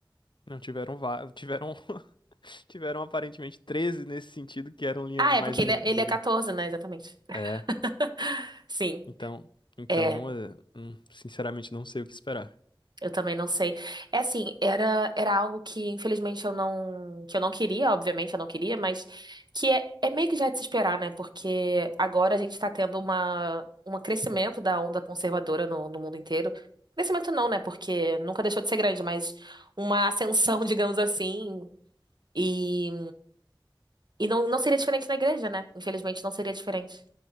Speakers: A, on the left; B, on the right.
A: Não tiveram va- tiveram <laughs> tiveram aparentemente 13 nesse sentido que eram linha
B: Ah,
A: mais
B: é porque
A: linha
B: ele é,
A: dura.
B: ele é 14, né, exatamente. <laughs>
A: É.
B: Sim.
A: Então, então,
B: É.
A: eh, hum, sinceramente não sei o que esperar.
B: Eu também não sei. É assim, era, era algo que infelizmente eu não, que eu não queria, obviamente eu não queria, mas que é, é meio que já de se esperar, né? Porque agora a gente está tendo uma, um crescimento da onda conservadora no, no mundo inteiro. Crescimento não, né? Porque nunca deixou de ser grande, mas uma ascensão, <laughs> digamos assim. E, e não, não seria diferente na igreja, né? Infelizmente não seria diferente.